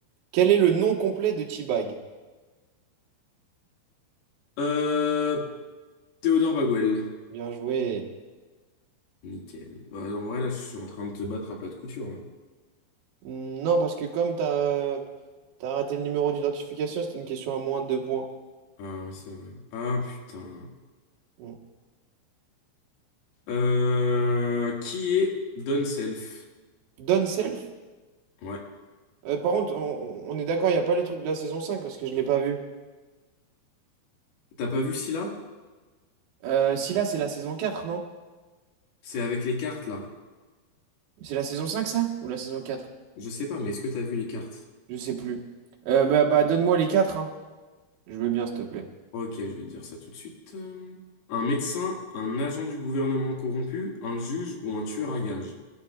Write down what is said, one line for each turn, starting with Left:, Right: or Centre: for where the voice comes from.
Right: Quel est le nom complet de T-Bag?
Left: Euh, Théodore Baguel.
Right: Bien joué.
Left: Nickel. Bah, en vrai, là, je suis en train de te battre à plat de couture, là.
Right: Hmm, Non, parce que comme t'as t'as raté le numéro d'identification, c'était une question à moins de deux points.
Left: Ah, oui, c'est vrai. Ah, putain.
Right: Hmm.
Left: Euh, qui est Don Self?
Right: Done self?
Left: Ouais.
Right: Euh, par contre, on, on est d'accord, il n'y a pas les trucs de la saison 5 parce que je ne l'ai pas vu.
Left: T'as pas vu Scylla?
Right: Euh, si là, c'est la saison 4, non?
Left: C'est avec les cartes, là.
Right: C'est la saison 5 ça? Ou la saison quatre
Left: Je sais pas, mais est-ce que t'as vu les cartes?
Right: Je sais plus. Euh, bah, bah, donne-moi les quatre. hein. Je veux bien, s'il te plaît.
Left: Ok, je vais te dire ça tout de suite. Euh, Un médecin, un agent du gouvernement corrompu, un juge ou un tueur à gages.